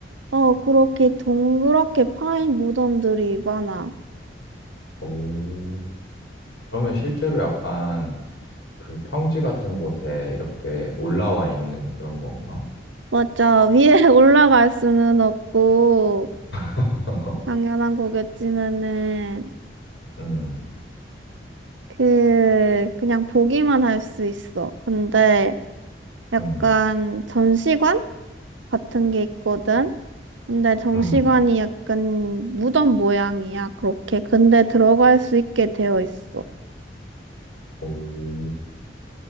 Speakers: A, on the right; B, on the left.
A: 어, 그렇게 동그랗게 파인 무덤들이 많아.
B: 오. 그러면 실제로 약간 그 평지 같은 곳에 이렇게 올라와 있는 그런 건가?
A: 맞아. 위에 <laughs> 올라갈 수는 없고,
B: <laughs>
A: 당연한 거겠지만은,
B: 음,
A: 그, 그냥 보기만 할 수 있어. 근데 약간
B: 음,
A: 전시관 같은 게 있거든? 근데 정시관이
B: 음.
A: 약간 무덤 모양이야, 그렇게. 근데 들어갈 수 있게 되어 있어.
B: 오,